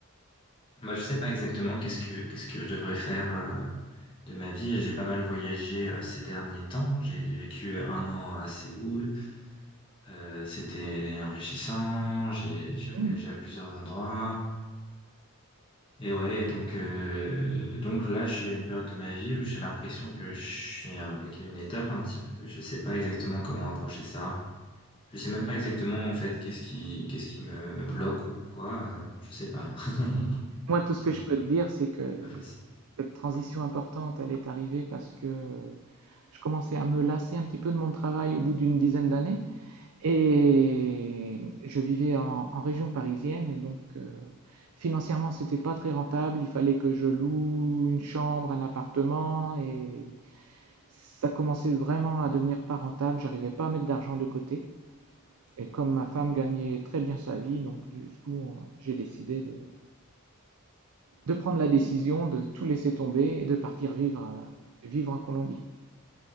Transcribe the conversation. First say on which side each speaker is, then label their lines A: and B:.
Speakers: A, on the left (about 25°); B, on the right (about 80°).
A: bah, je sais pas exactement qu'est-ce que, qu'est-ce que je devrais faire, euh, de ma vie. J'ai pas mal voyagé, euh, ces derniers temps. J'ai vécu euh, un an à Séoul. Euh, c'était enrichissant, j'ai j'ai voyagé
B: Hmm.
A: à plusieurs endroits. Et ouais, donc euh, donc là, je suis à une période de ma vie où j'ai l'impression que je suis à bloquer une étape un petit peu. Je sais pas exactement comment approcher ça. Je sais même pas exactement en fait qu'est-ce qui qu'est-ce qui me, me bloque ou quoi. euh, je sais pas. <laughs>
B: Moi, tout ce
A: C'est
B: que je peux te dire, c'est que
A: pas facile.
B: cette transition importante, elle est arrivée parce que je commençais à me lasser un petit peu de mon travail au bout d'une dizaine d'années. Et je vivais en, en région parisienne et donc euh, financièrement c'était pas très rentable. Il fallait que je loue une chambre, un appartement et ça commençait vraiment à devenir pas rentable. J'arrivais pas à mettre d'argent de côté. Et comme ma femme gagnait très bien sa vie, donc du coup euh, j'ai décidé de, de prendre la décision de tout laisser tomber et de partir vivre, euh, vivre en Colombie.